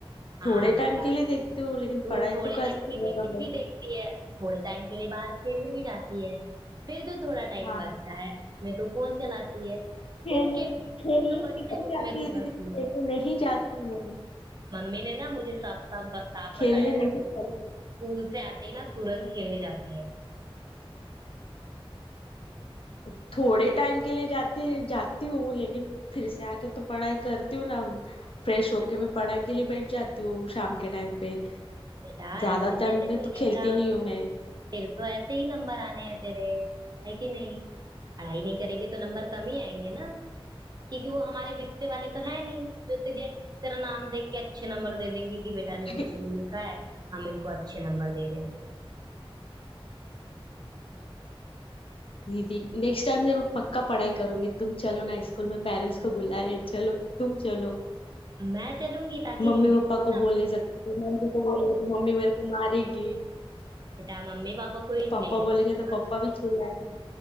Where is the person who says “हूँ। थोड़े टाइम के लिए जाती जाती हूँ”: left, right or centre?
Left